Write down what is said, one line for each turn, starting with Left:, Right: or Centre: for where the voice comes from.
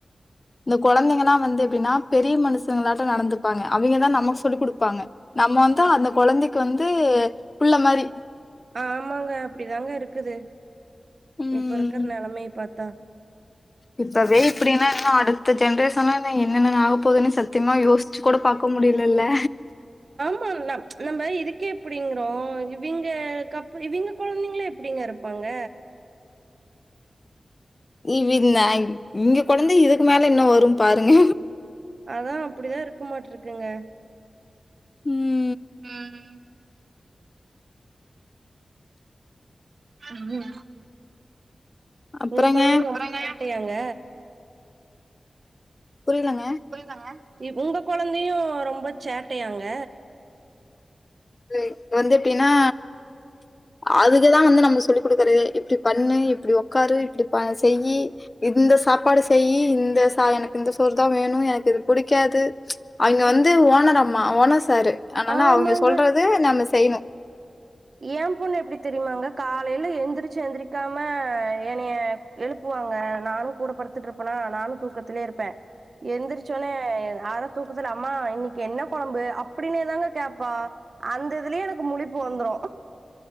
Left: இந்த கொழந்தைங்களா வந்து எப்டின்னா பெரிய மனுஷங்களாட்ட நடந்துப்பாங்க அவிங்கதா நமக்கு சொல்லி் குடுப்பாங்க நம்ம வந்தா
Right: ஆ
Left: அந்த கொழந்தைக்கு வந்து புள்ள மாரி
Right: ஆமாங்க அப்டி தாங்க இருக்குது
Left: ம்
Right: இப்ப இருக்கிற நெலமைய பாத்தா
Left: இப்பவே இப்டினா இன்னு அடுத்த ஜென்ரேஷன்ல என்னென்ன ஆக போகுதுன்னு ச த்தியமா யோசிச்சு கூட பாக்க முடியலல்ல
Right: ம் நம் நம்ப இதுக்கே இப்டிங்குறோ இவிங்க கப் இவிங்க கொழந்தைங்கள எப்டிங்க இருப் பாங்க
Left: இ வி நாயின் இங்க கொழந்தை இதுக்கு மேல இன்னு வரு பாருங்க
Right: அதா அப்டிதா இருக்குமாட்ருக்குங்க
Left: ம்
Right: ம் ம்ஹும்
Left: அப்றங்க
Right: உங்க கொழந்த ரொம்ப சேட்டையாங்க
Left: புரியலங்க
Right: புரியலங்க இ உங்க கொழந்தையு ரொம்ப சேட்டையாங்க
Left: ம் வந்து எப்டினா அதுக்குதா வந்து நம்ம சொல்லி் குடுக்குற இப்டி பண்ணு இப்டி ஒக்காரு இப்டி ப செய்யி இந்த சாப்பாடு செய்யி இந்த சா எனக்கு இந்த சோறு தா வேணு எனக்கு இது புடிக்காது அவிங்க வந்து
Right: ம்.
Left: ஓனர் அம்மா ஓனர் சாரு அனால
Right: ஆமாங்க.
Left: அவிங்க சொல்றது நம்ம செய்ணு
Right: ஏன் பொண்ணு எப்டி தெரியுமாங்க காலைல எந்திரிச்சு எந்திரிக்காம என்னைய எழுப்புவாங்க நானு கூடப்படுத்தட்டு இருப்பேனா நானு தூக்கத்திலயே இருப்பே எந்திரிச்ச ஒட்னே அர தூக்கதுல அம்மா இன்னைக்கு என்ன கொழம்பு அப்டினு ஏ தாங்க கேப்பா அந்த இதுலயே எனக்கு முழிப்பு வந்துரு